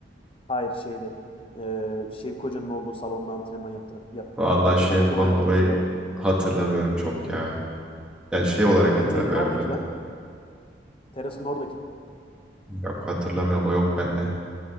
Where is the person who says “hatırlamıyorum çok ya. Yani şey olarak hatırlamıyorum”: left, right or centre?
Centre